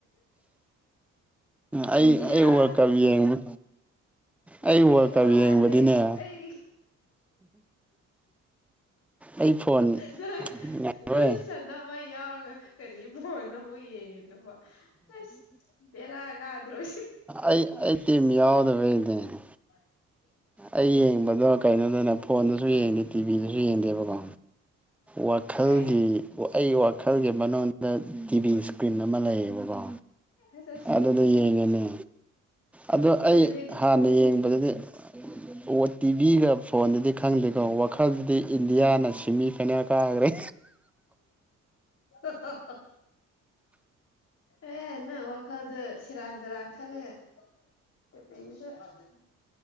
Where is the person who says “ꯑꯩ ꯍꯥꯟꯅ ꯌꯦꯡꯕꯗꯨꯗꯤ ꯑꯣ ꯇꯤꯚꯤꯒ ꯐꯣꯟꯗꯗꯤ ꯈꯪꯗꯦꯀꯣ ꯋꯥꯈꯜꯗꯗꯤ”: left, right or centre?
Centre